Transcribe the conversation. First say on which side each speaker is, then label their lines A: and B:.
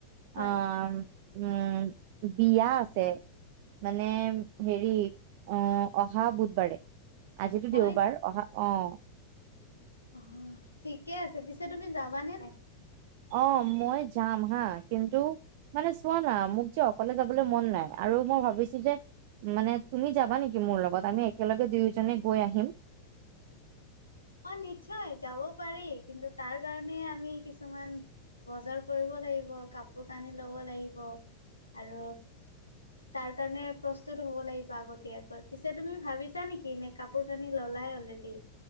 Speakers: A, on the left (about 80°); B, on the right (about 50°).
A: হয়,
B: আহ উম বিয়া আছে <unintelligible> মানে হেৰি অ অহা বুধবাৰে <unintelligible> আজিতো
A: হয়।
B: দেওবাৰ অহা অ <unintelligible>
A: অ ঠিকে আছে পিছে তুমি যাবানে নাই? <unintelligible>
B: অ মই যাম হা কিন্তু মানে <unintelligible> চোৱা না মোক যে অকলে যাবলৈ মন নাই আৰু মই ভাবিছো যে মানে তুমি যাবা নেকি মোৰ লগত <unintelligible> আমি একেলগে দুয়োজনে গৈ আহিম।
A: অঁ নিশ্চয় যাব পাৰি। কিন্তু তাৰ কাৰণে আমি কিছুমান- বজাৰ কৰিব লাগিব, কাপোৰ টানি লব লাগিব আৰু- তাৰ কাৰণে প্ৰস্তুত হব লাগিব আগতীয়াকৈ পিছে তুমি ভাবিছা নেকি নে কাপোৰ খানি ললাই হ'লে দি।